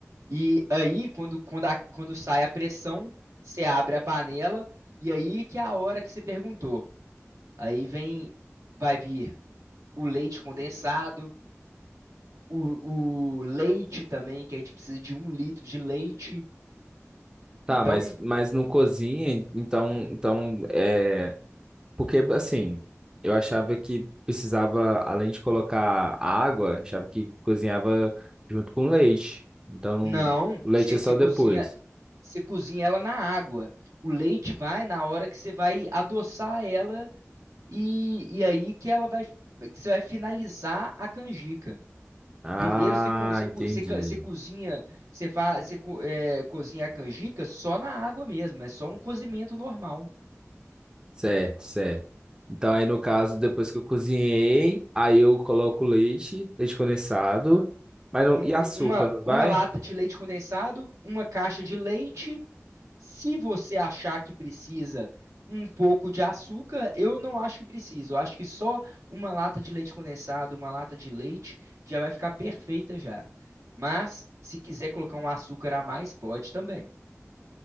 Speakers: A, on the right; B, on the right.
A: E aí, quando, quando, a- quando sai a pressão, você abre a panela, e aí que é a hora que você perguntou. Aí vem, vai vir o leite condensado, o, o leite também, que a gente precisa de um litro de leite.
B: Tá,
A: Então,
B: mas, mas não cozinha, então, então é. Porque, assim, eu achava que precisava, além de colocar água, achava que cozinhava junto com leite. Então,
A: não,
B: o leite
A: você
B: é só
A: você cozinha,
B: depois.
A: você cozinha ela na água. O leite vai na hora que você vai adoçar ela, e, e aí que ela vai, que você vai finalizar a canjica.
B: Ah,
A: Primeiro você, co- você,
B: entendi.
A: co- você, ca- você cozinha, você, fa, você co- é, cozinha a canjica só na água mesmo, é só um cozimento normal.
B: Certo, certo. Então, aí no caso, depois que eu cozinhei, aí eu coloco leite, leite condensado, mas não,
A: Um-
B: e açúcar,
A: um- uma,
B: não vai?
A: uma lata de leite condensado, uma caixa de leite. Se você achar que precisa um pouco de açúcar, eu não acho que precisa. Eu acho que só uma lata de leite condensado, uma lata de leite já vai ficar perfeita já. Mas se quiser colocar um açúcar a mais, pode também.